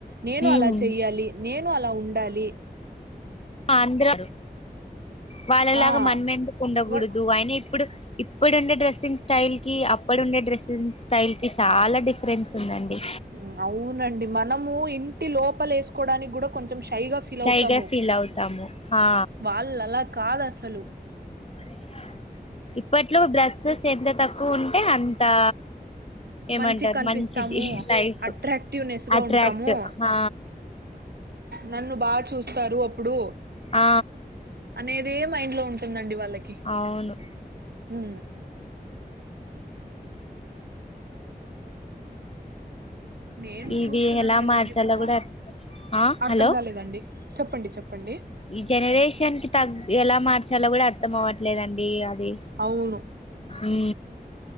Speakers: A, on the right; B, on the left.
A: నేను
B: ఉమ్
A: అలా చెయ్యాలి నేను అలా ఉండాలి
B: ఆ అందరం వాళ్ళలాగా
A: ఆ
B: మనమెందుకు ఉండకూడదు
A: వ
B: అయినీప్పుడు ఇప్పుడుండే డ్రెస్సింగ్ స్టైల్ కి అప్పుడుండే డ్రెస్సింగ్ స్టైల్ కి చాలా డిఫరెన్స్ ఉందండి
A: ఊ అవునండి మనము ఇంటి లోపల ఏసుకోవడానికి కూడా కొంచం షైగా ఫీల్
B: షైగా
A: అవుతాము
B: ఫీల్ అవుతాము హా
A: వాళ్ళు అలా కాదు అసలు
B: అదేగా ఇప్పట్లో డ్రెస్సెస్ ఎంత తక్కువ ఉంటే అంతా ఏమంటరు
A: మంచి కనిపిస్తాము
B: మంచిది లైఫ్
A: అట్రాక్టివ్నెస్ గా
B: అట్రాక్ట్
A: ఉంటాము
B: ఆ
A: నన్ను బా చూస్తారు అప్పుడు
B: ఆ
A: అనేది మైండ్ లో ఉంటుందండి వాళ్ళకి
B: అవును
A: ఊ నేను
B: ఇది
A: చూస్తున్నాను
B: ఎలా
A: కదండి
B: మార్చాలో
A: మా
B: కూడా ఆ
A: అర్థం
B: హలో
A: కాలేదండి చెప్పండి చెప్పండి
B: ఈ జనరేషన్ కి తగ్ ఎలా మార్చాలో కూడా అర్థమవ్వట్లేదండి అద్
A: అవును
B: ఊ